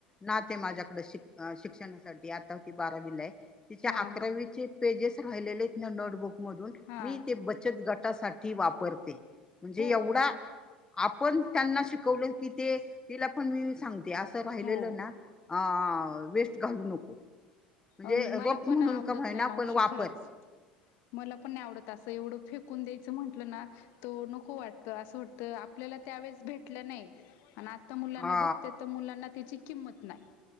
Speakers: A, on the left; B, on the left.
A: नाते आहे माझ्याकडे शिक शिक्षणासाठी आता ती बारावीला आहे तिच्या
B: हा
A: अकरावीचे
B: हा
A: पेजेस राहिलेले आहेत ना नोटबुक मधून
B: हा
A: मी ते बचत गट वापरते म्हणजे
B: हो
A: एवढा आपण त्यांना शिकवलत की ते तिला पण मी सांगते असं राहिलेलं
B: हो
A: ना. अ. वेस्ट घालवू नको. म्हणजे
B: आणि मला
A: रफ
B: पण
A: म्हणून
B: आवडत
A: का होईना
B: नाही. मावशी
A: पण वापर
B: खरंच मला पण नाही आवडत असं एवढं फेकून द्यायचं म्हटलं ना तो नको वाटत असं वाटत आपल्याला त्यावेेळेस भेटलं नाही आन आता. आता मुलांना
A: हा
B: भेटत्यात तर मुलांना त्याची किंमत नाही.